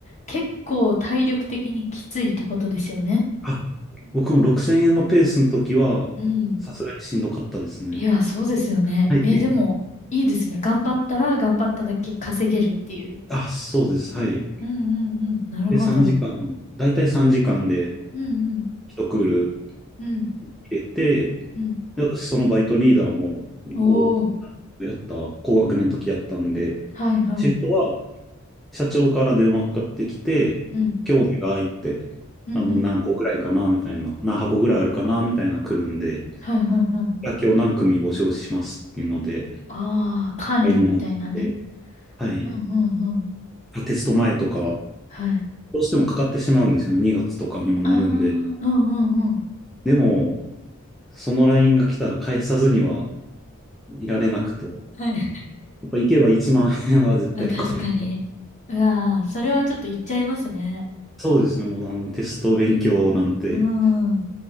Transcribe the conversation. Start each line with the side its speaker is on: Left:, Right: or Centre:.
Left: 結構体力的にきついってことですよね。
Centre: あ、僕も6000円のペースの時は、
Left: うん。
Centre: さすがにしんどかったですね。
Left: いや、そうですよね。
Centre: はい。
Left: え、でも、いいですね。頑張ったら頑張っただけ稼げるっていう。
Centre: あ、そうです。はい。
Left: うんうんうん。なるほど。
Centre: で、3時間、だいたい3時間で
Left: うんうん。
Centre: 一クール
Left: うん
Centre: 入れて、
Left: うん。
Centre: で、私そのバイトリーダーも5
Left: おー。
Centre: やった、高学年の時やったんで、
Left: はいはい。
Centre: シフトは社長から電話かかってきて、
Left: うん。
Centre: 今日お願いって、
Left: うんうんうんうん。
Centre: あの、何個ぐらいかな、みたいな、何箱ぐらいあるかな、みたいな来るんで、い
Left: はいはいはい。
Centre: や今日何組募集しますっていうので、
Left: ああ、管理みたいなね。
Centre: LINE になって、はい、
Left: うんうんうん。
Centre: あテスト前とか、
Left: はい。
Centre: どうしてもかかってしまうんですよね、2月とかにもなるんで。
Left: ああ、うんうんうん。
Centre: でも、その LINE が来たら返さずには、いられなくて。
Left: はい。
Centre: やっぱ行けば1万円は絶対超える。
Left: あ、確かに。うわー、それはちょっと言っちゃいますね。
Centre: そうですね、もうあのテスト勉強なんて、
Left: うん。うん